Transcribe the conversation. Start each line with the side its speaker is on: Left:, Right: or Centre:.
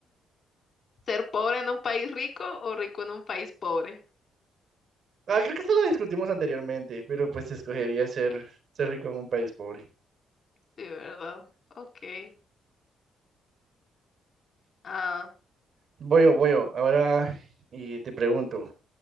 Left: ¿Ser pobre en un país rico o rico en un país pobre?
Right: Ah, creo que esto lo discutimos anteriormente, pero pues escogería ser, ser rico en un país pobre.
Left: Sí, ¿verdad? Ok. Ah.
Right: Voy yo, voy yo. Ahora y te pregunto,